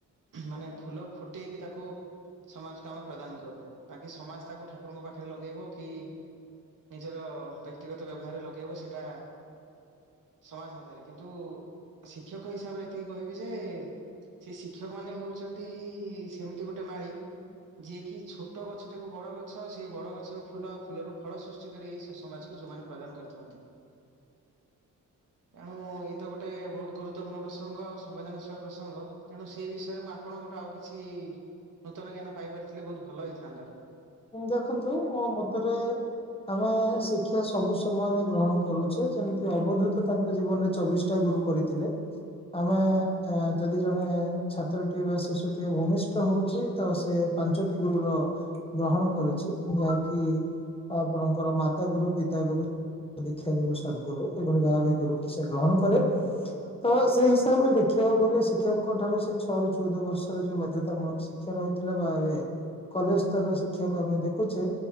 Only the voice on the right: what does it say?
ମାନେ ଫୁଲ ଫୁଟେଇକି ତାକୁ ସମାଜକୁ ଆମେ ପ୍ରଦାନ କରୁ ବାକି ସମାଜ ତାକୁ ଠାକୁରଙ୍କ ପାଖରେ ଲଗେଇବ କି ନିଜର ବ୍ୟକ୍ତିଗତ ବ୍ୟବହାରରେ ଲଗେଇବ ସେଇଟା ସମାଜ ହାତରେ? କିନ୍ତୁ କିନ୍ତୁ ଶିକ୍ଷକ ହିସାବରେ ଏତିକି କହିବି ଯେ ସେ ଶିକ୍ଷକ ମାନେ ହଉଛନ୍ତି ସେମିତି ଗୋଟେ ମାଳି ଯିଏକି ଛୋ ଛୋଟ ଗଛଟିକୁ ବଡ ଗଛ ଆଉ ସେଇ ବଡ ଗଛରୁ ଫୁଲ ଆଉ ଫୁଲରୁ ଫଳ ସୃଷ୍ଟି କରି ଏଇ ସମାଜକୁ ଯୋଉମାନେ ପ୍ରଦାନ କରିଥାନ୍ତି। ଏଣୁ ଏଇ ତ ଗୋଟେ ବହୁତ ଗୁରୁତ୍ୱପୂର୍ଣ୍ଣ ପ୍ରସଙ୍ଗ ଆଉ ସମ୍ବେଦନଶୀଳ ପ୍ରସଙ୍ଗ ତେଣୁ ସେଇ ବିଷୟରେ ମୁଁ ଆପଣଙ୍କଠୁ ଆଉ କିଛି ନୂତନ ଜ୍ଞାନ ପାଇପାରିଥିଲି ବହୁତ ଭଲ ହେଇ ଥାଆନ୍ତା।
ହୁଁ